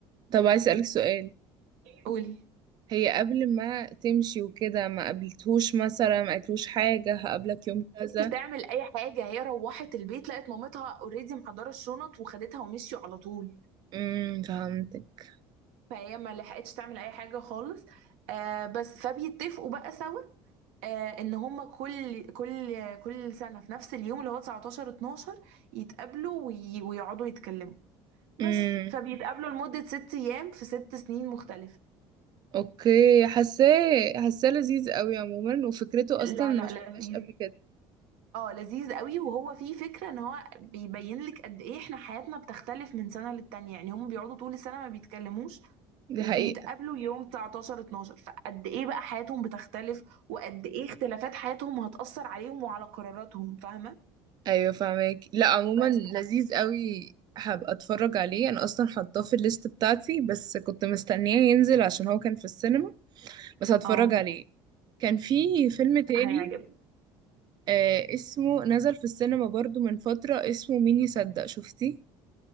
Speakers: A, on the right (about 45°); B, on the right (about 80°).
A: طب عايز أسألك سؤال
B: قولي
A: هي قبل ما تمشي وكده ما قابلتهوش مثلا ما قالتلوش حاجة هقابلك يوم كذا
B: مش تعمل أي حاجة هي روحت البيت لقت مامتها اوريدي محضرة الشنط وخدتها ومشيوا على طول
A: امم فهمتك
B: فهي ما لحقتش تعمل أي حاجة خالص آه بس فبيتفقوا بقى سوا آه ان هما كل كل كل سنة في نفس اليوم اللي هو 19 12 يتقابلوا وي- ويقعدوا يتكلموا بس
A: امم
B: فبيتقابلوا لمدة ست أيام في ست سنين مختلفة
A: اوكي حاساه حاساه لذيذ قوي عموما وفكرته اصلا
B: لا
A: ما
B: لا
A: شفتهاش
B: لذيذ
A: قبل كده
B: اه لذيذ قوي وهو فيه فكرة ان هو بيبين لك قد ايه احنا حياتنا بتختلف من سنة للتانية يعني هم بيقعدوا طول السنة ما بيتكلموش
A: دي
B: وبيتقابلوا
A: حقيقة
B: يوم 19 12 فقد ايه بقى حياتهم بتختلف وقد ايه اختلافات حياتهم هتأثر عليهم وعلى قراراتهم فاهمة
A: ايوه فاهمك لا عموما
B: بس
A: لذيذ قوي هبقى اتفرج عليه انا اصلا حاطاه في الليست بتاعتي بس كنت مستنياه ينزل عشان هو كان في السينما بس هتفرج
B: اه
A: عليه كان في فيلم تاني
B: هيعجبك
A: آه اسمه نزل في السينما برضو من فترة اسمه مين يصدق شفتي